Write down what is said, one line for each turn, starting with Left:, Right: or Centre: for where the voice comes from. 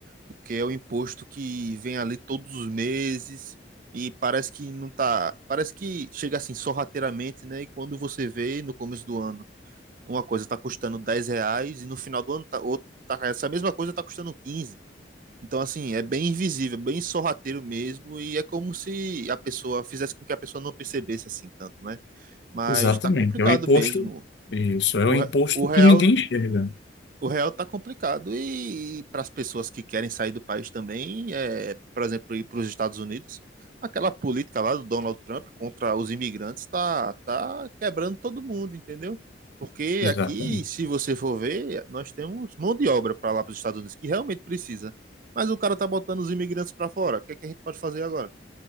Right: porque é o imposto que vem ali todos os meses e parece que não tá, parece que chega assim sorrateiramente, né? E quando você vê no começo do ano, uma coisa tá custando 10 reais e no final do ano tá, outra- tá- essa mesma coisa tá custando quinze Então, assim, é bem invisível, bem sorrateiro mesmo, e é como se a pessoa fizesse com que a pessoa não percebesse assim tanto, né? Mas
Left: Exatamente.
Right: tá complicado
Left: É um imposto,
Right: mesmo.
Left: isso, é
Right: O,
Left: um imposto
Right: re- o real
Left: que ninguém enxerga.
Right: o real tá complicado e, para as pessoas que querem sair do país também, é, por exemplo, ir para os Estados Unidos, aquela política lá do Donald Trump contra os imigrantes tá, tá quebrando todo mundo, entendeu? Porque
Left: Exatamente.
Right: aqui, se você for ver, nós temos mão de obra para lá para os Estados Unidos que realmente precisa. Mas o cara tá botando os imigrantes para fora. O que é que a gente pode fazer agora?